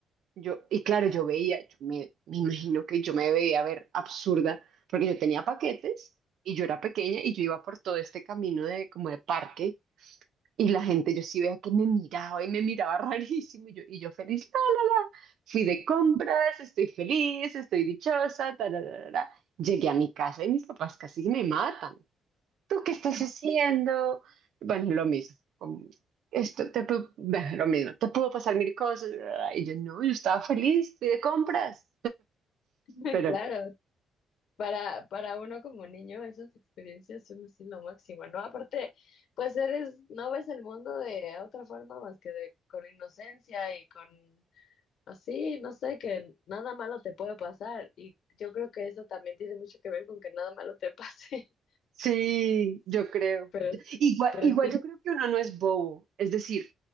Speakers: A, on the right; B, on the left.
A: Yo, y claro, yo veía, yo me, me imagino que yo me veía ver absurda, porque yo tenía paquetes y yo era pequeña y yo iba por todo este camino de como de parque y la gente, yo sí veía que me miraba y me miraba <laughs> rarísimo y yo, y yo feliz, la, la, la, fui de compras, estoy feliz, estoy dichosa, ta, la, la, la, la. Llegué a mi casa y mis papás casi me matan. ¿Tú qué estás haciendo? Bueno, lo mismo, como, esto te pudo, bueno, lo mismo, te pudo pasar mil cosas, bla, y yo no, yo estaba feliz, fui de compras,
B: <laughs>
A: pero
B: Claro,
A: no.
B: para, para uno como niño esas experiencias son así lo máximo, ¿no? Aparte, pues eres, no ves el mundo de otra forma más que de, con inocencia y con así, no sé, que nada malo te puede pasar. Y yo creo que eso también tiene mucho que ver con que nada malo te pase.
A: sí, yo creo.
B: <laughs> Pero,
A: Igual,
B: pero
A: igual
B: sí
A: yo creo que uno no es bobo, es decir,